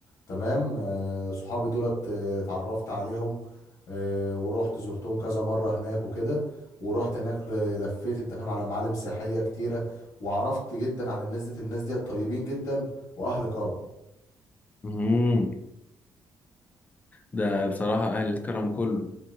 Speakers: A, on the left; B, on the left.
A: تمام آه، صحابي دولت آه، اتعرفت عليهم آه، ورحت زرتهم كذا مرة هناك وكده ورحت هناك ل- لفيت أنت فاهم على معالم سياحية كتيرة وعرفت جدا عن الناس ديت الناس ديت طيبين جدا وأهل كرم
B: مهم. ده بصراحة أهل الكرم كله